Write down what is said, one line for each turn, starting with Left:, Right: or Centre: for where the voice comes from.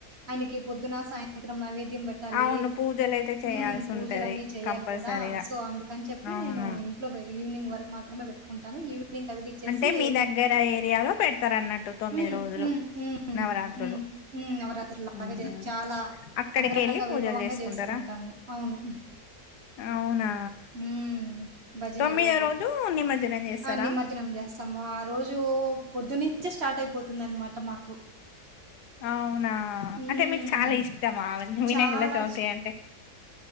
Right: ఆయనకి పొద్దున సాయంత్రం నైవేద్యం పెట్టాలి
Left: అవును. పూజలైతే చేయాల్సుంటది
Right: హ్మ్ పూజలు అన్నీ చెయ్యాలి
Left: కంపల్సరీగా.
Right: కదా సో అందుకని చెప్పి
Left: అవును.
Right: నేను ఇంట్లో ఈవినింగ్ వరకు మాత్రమే పెట్టు ఉంటాను ఈవె నింగ్ కదిలిచ్చేసి
Left: అంటే మీ దగ్గర ఏరియాలో పెడతారన్నట్టు
Right: మ్
Left: రోజులు
Right: మ్
Left: నవరాత్రులు.
Right: మ్ నవరాత్రు లాగా
Left: ఊహూ
Right: చే చాలా
Left: అక్కడికి
Right: అంగరంగ
Left: వెళ్ళి పూజలు
Right: వైభవంగా
Left: చేసుకుంటారా
Right: చేస్కుంటాము అవును
Left: అవునా
Right: మ్ భజనలు
Left: తొమ్మిదో రోజు నిమజ్జనం చేస్తారా
Right: ఆ నిమర్జనం చేస్ తం రోజు పొద్దునుంచే స్టార్ట్ అయిపోతుందన్మాట మాకు
Left: అవు అవునా
Right: హ్మ్.
Left: అంటే మీకు చాలా ఇష్టమా వినయకుల
Right: చాలా
Left: చవితి అంటే